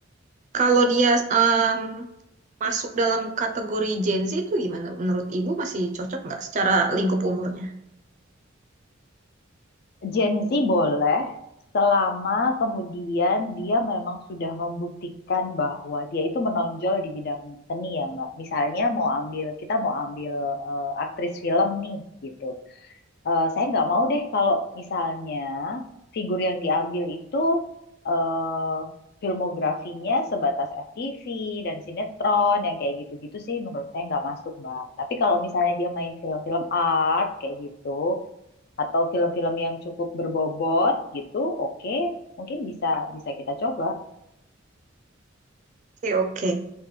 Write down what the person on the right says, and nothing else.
kalau dia em, masuk dalam kategori Gen Z itu gimana? Menurut Ibu masih cocok nggak secara lingkup umurnya?
Oke, oke.